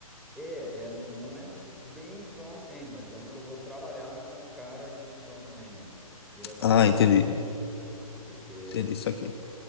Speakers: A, in the centre; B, on the left (about 45°).
A: É, é, não é bem front-end, mas digamos que eu vou trabalhar com o cara de front-end diretamente,
B: Ah, entendi.
A: porque
B: Entendi isso aqui.